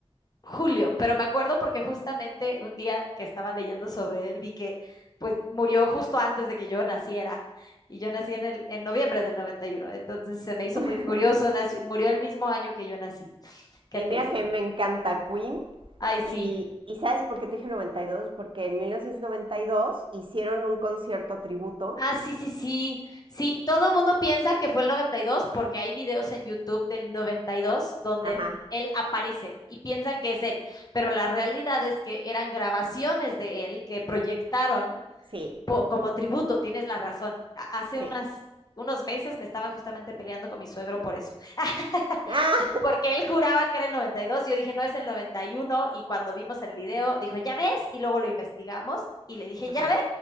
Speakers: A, on the left; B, on the right.
A: julio, pero me acuerdo porque justamente un día que estaba leyendo sobre él, vi que pues murió justo antes de que yo naciera. Y yo nací en, el, en noviembre del noventa y uno Entonces se me hizo
B: <laughs>
A: muy curioso, nació- murió el mismo año que yo nací. Qué
B: Y
A: triste.
B: mira que me encanta Queen.
A: Ay, sí.
B: Y, y ¿sabes por qué te dije noventa y dos Porque en 1992 hicieron un concierto tributo.
A: Ah, sí, sí, sí. Sí, todo el mundo piensa que fue el 92 porque hay videos en YouTube del 92 donde
B: Ajá,
A: él aparece y piensan que es él, pero la realidad es que eran grabaciones de él que proyectaron
B: sí,
A: po- como tributo, tienes la razón. A- Hace
B: sí.
A: unas, unos meses me estaba justamente peleando con mi suegro por eso. <laughs>
B: Ah,
A: porque él juraba que era el 92, yo dije, no es el 91, y uno, y cuando vimos el video, dijo, ya ves, y luego lo investigamos, y le dije,
B: <laughs> ajá,
A: ya ves,